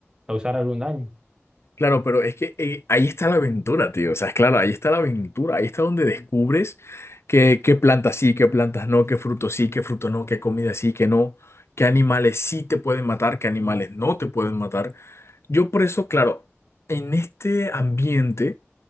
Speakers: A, on the right; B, on the left.
A: causar algún daño.
B: Claro, pero es que eh, ahí está la aventura, tío. O sea, es claro, ahí está la aventura. Ahí está donde descubres qué, qué plantas sí, qué plantas no, qué frutos sí, qué frutos no, qué comida sí, qué no, qué animales sí te pueden matar, qué animales no te pueden matar. Yo por eso, claro, en este ambiente